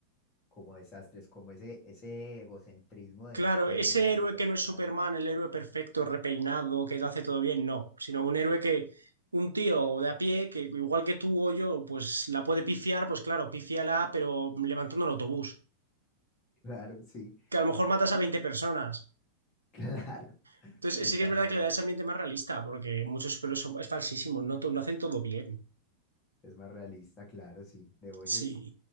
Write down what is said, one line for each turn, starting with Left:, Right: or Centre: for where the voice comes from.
Left: como desastres, como ese, ese egocentrismo de
Right: Claro,
Left: que
Right: ese
Left: desarrollar.
Right: héroe que no es Superman,
Left: Claro,
Right: el héroe perfecto, repeinado, que lo hace todo bien, no. Sino un héroe que, un tío de a pie, que igual que tú o yo, pues la puede pifiar, pues claro, pífiala, pero levantando un autobús.
Left: <laughs> claro, sí.
Right: Que a lo mejor matas
Left: Sí,
Right: a 20 personas.
Left: Claro,
Right: Entonces,
Left: sí,
Right: sí
Left: pasa.
Right: que es verdad que
Left: sí.
Right: le da ese ambiente más realista, porque muchos superhéroes son- es falsísimo, no, to- no hacen todo bien.
Left: Es más realista, claro, sí. The Voice
Right: Sí,
Left: es